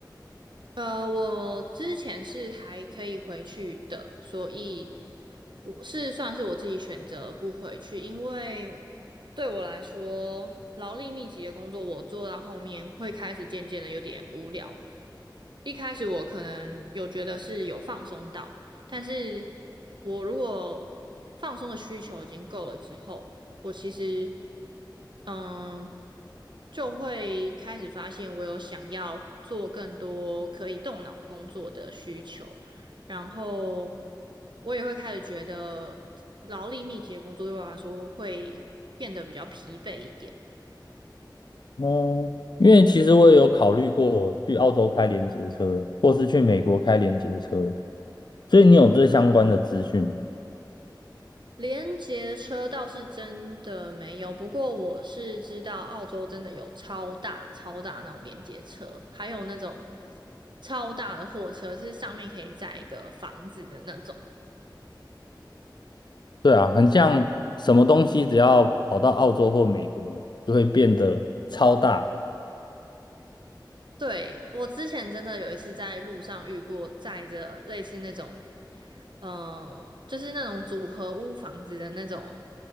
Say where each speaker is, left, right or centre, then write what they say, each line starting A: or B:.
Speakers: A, on the right (about 75°); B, on the left (about 65°).
A: 呃，我之前是还可以回去的，所以我是算是我自己选择不回去，因为对我来说，劳力密集的工作我做到后面会开始渐渐的有点无聊。一开始我可能有觉得是有放松到，但是我如果放松的需求已经够了之后，我其实嗯就会开始发现我有想要做更多可以动脑工作的需求，然后我也会开始觉得劳力密集的工作对我来说会变得比较疲惫一点。
B: 哦，因为其实我也有考虑过去澳洲开联结车，或是去美国开联结车，所以你有这相关的资讯吗？
A: 连接车倒是真的没有，不过我是知道澳洲真的有超大超大那种连接车，还有那种超大的货车，是上面可以载一个房子的那种。
B: 对啊，很像什么东西只要跑到澳洲或美国，就会变得超大，
A: 对，我之前真的有一次在路上遇过载着类似那种，呃，就是那种组合屋房子的那种